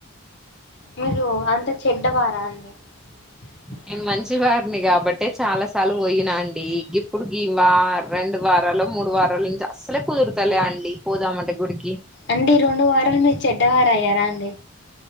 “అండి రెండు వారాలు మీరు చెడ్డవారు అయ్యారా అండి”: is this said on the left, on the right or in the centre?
Left